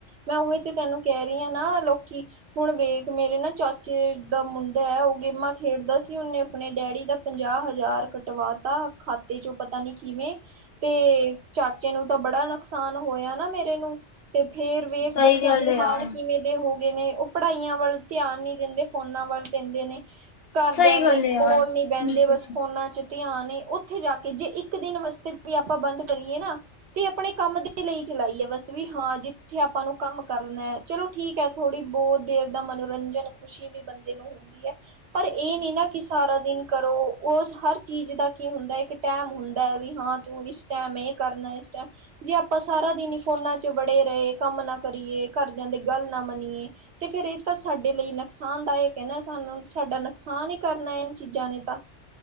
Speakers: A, on the right; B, on the left.
A: ਮੈਂ ਓਹੀ ਤੇ ਤੈਨੂੰ ਕੈਰੀ ਆ ਨਾ ਲੋਕੀ ਹੁਣ ਵੇਖ ਮੇਰੇ ਨਾ ਚਾਚੇ ਦਾ ਮੁੰਡਾ ਐ, ਓ ਗੇਮਾਂ ਖੇਡਦਾ ਸੀ ਉਨੇ ਆਪਣੇ ਡੈਡੀ ਦਾ ਪੰਜਾਹ ਹਜ਼ਾਰ ਕਟਵਾਤਾ ਖਾਤੇ ਚੋਂ ਪਤਾ ਨੀ ਕਿਵੇਂ। ਤੇ ਚਾਚੇ ਨੂੰ ਤਾਂ ਬੜਾ ਨੁ ਸਾਨ ਹੋਇਆ ਨਾ ਮੇਰੇ ਨੂੰ ਤੇ ਫੇਰ ਵੇਖ
B: ਸਹੀ
A: ਬੱਚਿਆਂ
B: ਗੱਲ
A: ਦੀ
B: ਹੈ ਯਾਰ
A: ਹਾਲ ਕਿਵੇਂ ਦੇ ਹੋਗੇ ਨੇ ਓ ਪੜ੍ਹਾਈਆਂ ਵੱਲ ਧਿਆਨ ਨੀ ਦਿੰਦੇ ਫੋਨਾਂ ਵੱਲ ਦਿੰਦੇ ਨੇ। ਘਰਦਿਆਂ
B: ਸਹੀ ਗੱਲ
A: ਦੇ
B: ਹੈ ਯਾਰ
A: ਕੋਲ ਨੀ ਬੈਂਦੇ
B: ਬਿਲਕੁਲ
A: ਬਸ
B: ਸਹੀ
A: ਫੋਨਾਂ ਚ ਧਿਆਨ ਏ ਓਥੇ ਜਾ ਕੇ ਜੇ ਇੱਕ ਦਿਨ ਵਾਸਤੇ ਵੀ ਆਪਾਂ ਬੰਦ ਕਰੀਏ ਨਾ ਤੇ ਅਪਣੇ ਕੰਮ ਦੇ ਲਈ ਚਲਾਈ ਏ ਬਸ ਵੀ ਹਾਂ ਜਿੱਥੇ ਆਪਾਂ ਨੂੰ ਕੰਮ ਕਰਨਾ ਚਲੋ ਠੀਕ ਐ ਥੋੜ੍ਹੀ ਬੋ ਦੇਰ ਦਾ ਮਨੋਰੰਜਨ ਖੁਸ਼ੀ ਵੀ ਬੰਦੇ ਨੂੰ ਹੁੰਦੀ ਐ। ਪਰ ਏ ਨੀ ਨਾ ਕਿ ਸਾਰਾ ਦਿਨ ਕਰੋ ਉਸ ਹਰ ਚੀਜ਼ ਦਾ ਕੀ ਹੁੰਦਾ ਇੱਕ ਟੈਮ ਹੁੰਦੈ ਵੀ ਹਾਂ ਤੂੰ ਇਸ ਟੈਮ ਏ ਕਰਨਾ ਇਸ ਟੈਮ ਜੇ ਆਪਾਂ ਸਾਰਾ ਦਿਨ ਈ ਫੋਨਾਂ ਚ ਵੜੇ ਰਏ ਕੰਮ ਨਾ ਕਰੀਏ ਘਰ ਦਿਆਂ ਦੇ ਗੱਲ ਨਾ ਮੰਨੀਏ ਤੇ ਫੇਰ ਏ ਤਾਂ ਸਾਡੇ ਲਈ ਨੁਕਸਾਨਦਾਇਕ ਐ ਨਾ ਸਾਨੂੰ ਸਾਡਾ ਨੁਕਸਾਨ ਈ ਕਰਨਾ ਏ ਚੀਜ਼ਾਂ ਨੇ ਤਾਂ।